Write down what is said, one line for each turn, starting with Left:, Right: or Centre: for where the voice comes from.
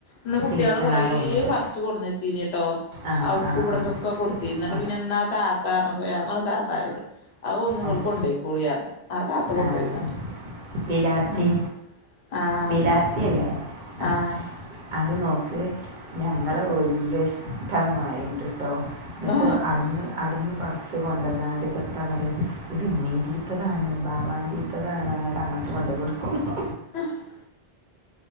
Left: ഇന്ന് കുട്ടികള്
Right: സീസണാ
Left: കൊറേ
Right: തോന്നുന്നുണ്ട്
Left: പറച്ചു കൊണ്ടുവന്ന് വെച്ചിനിട്ടോ
Right: ആഹ്
Left: അവിടക്കും
Right: ആഹ്
Left: ഇവിടെക്കക്ക
Right: ആഹ്
Left: കൊടുക്ക- തീർന്നിട്ട്
Right: ആഹ്
Left: പിന്നെ എന്ന ആ താത്താ പറഞ്ഞപ്പോ ഞാൻ പറഞ്ഞു താത്താനോട് അ ഒന്നു നിങ്ങള്
Right: ആഹ്
Left: കൊണ്ടോക്കോളി പറഞ്ഞു അത് താത്ത കൊണ്ടുപോയിന്ന്
Right: ആഹ്
Left: പറഞ്ഞു
Right: ബിലാത്തി
Left: ഉം ആ
Right: ബിലാത്തിയല്ലേ
Left: വിലാ <unintelligible> ത്തി
Right: ആഹ്
Left: ആഹ
Right: അത് നോക്ക് ഞങ്ങള് വല്യയ ഇഷ്ടമായിണ്ടട്ടോ എന്നിട്ട്
Left: ആഹ്
Right: അവിടുന്ന്- അവ്ടുന്ന പറിച്ച് കൊണ്ടുവന്നാണ്ട് ഇതത്തൊ പറയ ഇത് ഇണ്ണിംന്റിത്ത <unintelligible> താണ് ബാവാതിത്താണ്. <unintelligible> മത്തതാ <unintelligible> ണ് പറഞ്ഞിട്ട് അങ്ങോട്ട് കൊണ്ട പോയി കൊടുത്തു.
Left: ആഹ് <unintelligible>